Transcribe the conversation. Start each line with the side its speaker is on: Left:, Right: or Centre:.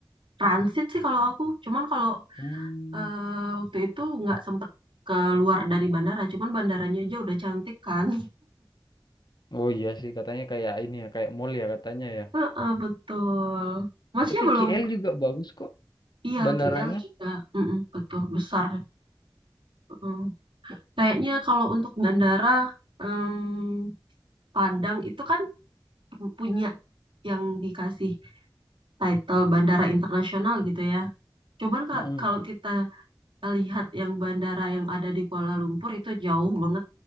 Right: transit sih kalau aku, cuman kalau
Left: Hmm.
Right: eh, waktu itu nggak sempet keluar dari bandara, cuman bandaranya aja udah cantik kan.
Left: Oh iya sih katanya kayak ini ya, kayak mall ya katanya ya.
Right: Heeh, betul. Masnya
Left: Tapi
Right: belum,
Left: KL juga bagus kok
Right: iya
Left: bandaranya.
Right: KL juga, Mm-mm, betul besar. Mm. Kayaknya kalau untuk bandara em, Padang itu kan punya yang dikasih title bandara internasional gitu ya. Cuman ka-
Left: Mm-mm.
Right: kalau kita lihat yang bandara yang ada di Kuala Lumpur itu jauh banget.